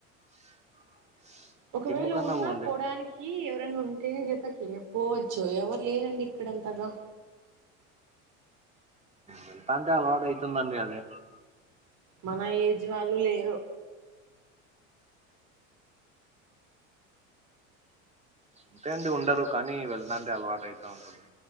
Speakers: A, on the right; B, on the right.
A: <inaudible>
B: ఒకవేళ
A: కన్నా
B: ఉన్నా
A: పోండి
B: పోవడానికి ఎవరన్నా ఉంటే జతకి పోవచ్చు ఎవరు లేరండి ఇక్కడ అంతగా
A: వెళ్తా అంటే అలవాటు అవుతుందండి అదే
B: మన ఏజ్ వాళ్ళు లేరు
A: అంతే అండి ఉండరు కానీ వెళ్తాంటే అలవాటు అయితా ఉంటుంది